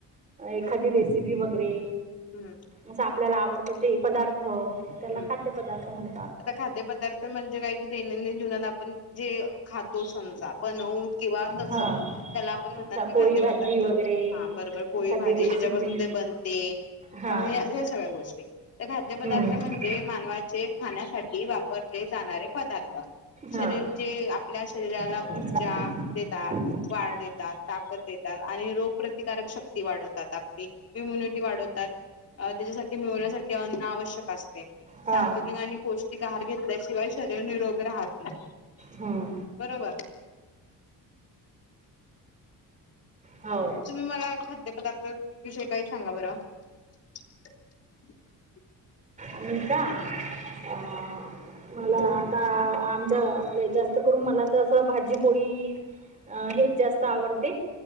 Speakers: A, on the right; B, on the left.
A: एखादी रेसिपी वगैरे.
B: हम्म
A: असं आपल्याला आवडतो ते पदार्थ
B: हम्म
A: त्याला खाद्य पदार्थ म्हणत.
B: आता खाद्यपदार्थ म्हणजे काय की दैनंदिन जीवनात आपण जे खातो समज बनवून किंवा <unintelligible>
A: हा
B: त्याला आपण म्हणणार
A: अच्छा
B: की
A: पोळी
B: खाद्यपदार्थ
A: भाजी वगैरे एखादी
B: हा बरोबर पोळी भाजी
A: रेसिपी
B: ज्याच्यापासून ते बनते.
A: हा
B: अ ह या सगळ्या गोष्टी तर खाद्य पदार्थ
A: हम्म
B: म्हणजे मानवाचे.. खाण्यासाठी वापरले जाणारे पदार्थ. शरीर
A: हा
B: जे आपल्या शरीराला
A: हा हा
B: ऊर्जा.. देतात. वाढ देतात. ताकद देतात, आनी रोग प्रतिकारक शक्ती वाढवतात आपली इम्युनिटी वाढवतात, अ त्याच्यासाठी मिळवण्यासाठी अन्न आवश्यक असते.
A: हा
B: आणि पौष्टिक आहार घेतल्याशिवाय शरीर निरोग राहत नाही.
A: हम्म
B: बरोबर.
A: हो
B: म तुम्ही मला खाद्य पदार्थ विषयी काही सांगा बरं. रिकामा ऑडिओ
A: आणि का अ मला.. आ आमच्या म्ह जास्त करून मला तर असं भाजीपोळी.. अ हेच जास्त आवडते.